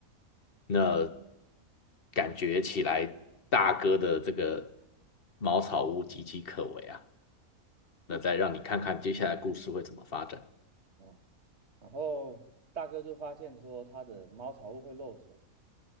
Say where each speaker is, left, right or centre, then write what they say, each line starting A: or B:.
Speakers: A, on the left; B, on the right.
A: 那感觉起来，大哥的这个茅草屋岌岌可危啊。那再让你看看接下来故事会怎么发展。
B: 哦，然后大哥就发现说他的茅草屋会漏水，